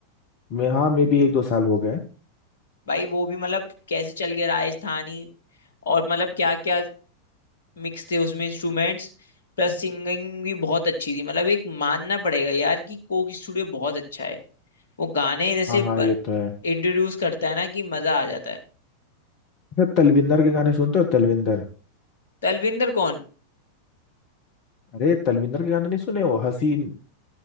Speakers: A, on the left; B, on the left.
A: मैं हाँ मे भी एक दो साल हो गए
B: भाई वो भी मतलब कैसे चल गया राजस्थानी और मतलब क्या क्या मिक्स थे उसमें इंस्ट्रूमेंट्स प्लस सिंगिंग भी बहुत अच्छी थी मतलब एक मानना पड़ेगा यार कि कोक स्टूडियो बहुत अच्छा है वो गाने जैसे
A: हाँ हाँ
B: इंट्रोड्यूस
A: ये तो है
B: करता है ना कि मजा आ जाता है
A: अच्छा तलविंदर के गाने सुनते हो तलविंदर
B: तलविंदर कौन
A: अरे तलविंदर के गाने नहीं सुने हो हसीन